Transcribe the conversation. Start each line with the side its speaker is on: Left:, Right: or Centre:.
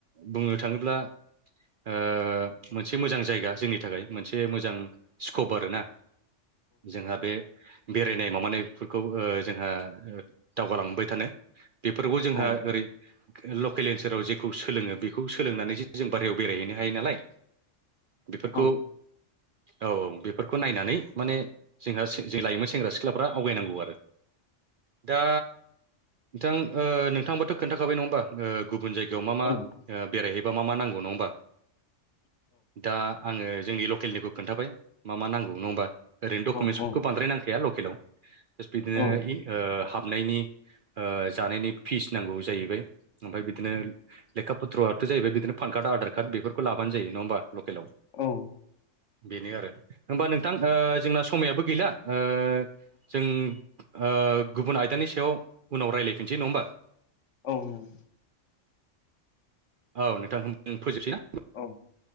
Right: बुंनो थाङोब्ला ओ मोनसे मोजां जायगा जोंनि थाखाय मोनसे मोजां स्कप आरोना जोंहा बे बेरायनाय माबानायफोरखौ ओ जोंहा दावगालांबाय थानो बेफोरखौ जोंहा
Left: औ
Right: ओरै लकेल ओनसोलाव जेखौ सोलोङो बेखौ सोलोंनानैसो जों बारहायाव बेरायहैनो हायो नालाय बेफोरखौ
Left: औ
Right: औ बेफोरखौ नायनानै माने जोंहा जे लायोमोन सेंग्रा सिख्लाफ्रा आवगायनांगौ आरो दा नोंथां ओ नोंथाङाबोथ' खोन्थाखाबाय नङा होमबा गुबुन जायगायाव मा मा
Left: औ नंगौ
Right: ओ बेरायहैबा मा मा नांगौ नङा होमबा दा आङो जोंनि ल लकेलनिखौ खोन्थाबाय मा नांगौ नङा होमबा ओरैनो डकुमेन्टसफोरखौ
Left: औ नंगौ
Right: बांद्राय नांखाया लकेलाव बिदिनो
Left: औ
Right: हाबनायनि ओ जानायनि फिस नांगौ जाहैबाय ओमफ्राय बिदिनो लेखा पत्रआथ' जाहैबाय बिदिनो फान का र्ड आधार कार्ड बेफोरखौ लाबानो जायो नङा होमबा लकेलाव
Left: औ
Right: बेनो आरो होमबा नोंथां ओ जोंना समायाबो गैला ओ जों ओ गुबुन आयदानि सायाव उनाव रायज्लायफिनसै नङा होमबा
Left: औ नंगौ
Right: औ नोंथां होमबा जों फोजोबसै ना
Left: औ